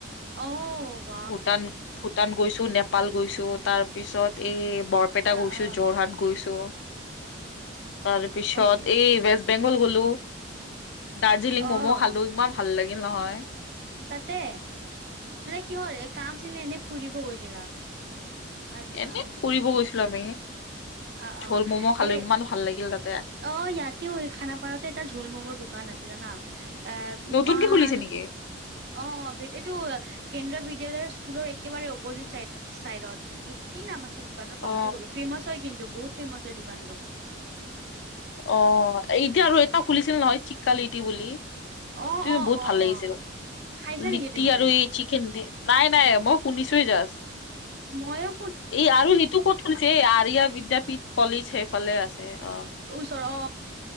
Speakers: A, on the right; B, on the left.
A: আহ ব
B: ভূটান ভূটান গৈছো নেপাল গৈছো তাৰ পিছত এই বৰপেটা
A: অ',
B: গৈছো
A: অ',
B: যোৰহাট গৈছো তাৰ পিছত
A: হয় নেকি?
B: এই ৱেষ্ট বেংগল গলো দাৰ্জিলিং
A: অ',
B: মমো খালো ইমান ভাল লাগিল নহয়
A: তাতে মানে কি হ'ল এ কামছিলে এনেই ফুৰিব গৈছিলা আচ্ছা
B: এনেই ফুৰিব গৈছিলো আমি
A: অ
B: ঝোল
A: অ
B: ম'ম' খালো
A: এ
B: ইমান ভাল লাগিল তাতে
A: অ ইয়াতি খানাপাৰাতে এটা ো ম'মৰ দোকান আছে জানা এ
B: নতুনকে
A: মান
B: খুলিছে নেকি
A: অ এইটো কেন্দ্ৰবিদ বিদ্য়ালয়ৰ স্কুলৰ একেবাৰে অপজিট চাই চাইডত কি নাম আছিল দোকানৰ
B: অ
A: পাহৰি গলো ফেমচ হয় টো বহুত ফেমাচ হয় দোকানটো
B: অ এতিয়া আৰু এপাৰ ফুলিছিল নহয় ঠিককালিট বুলি সেইটোে
A: অ', অ',
B: বহুত
A: অ',
B: ভাল লাগিছিল
A: অ', খাইছা
B: লিট্টি
A: নেকি তুমি যাই
B: আৰু এই চিকেন দ নাই নাই মই শুনিছোে যছ
A: মইো
B: এই আৰু সেইটো ক'তছে এই আয়া বিদ্্যাপীঠ কলেজ সেইফালে আছে অ
A: চৰ অ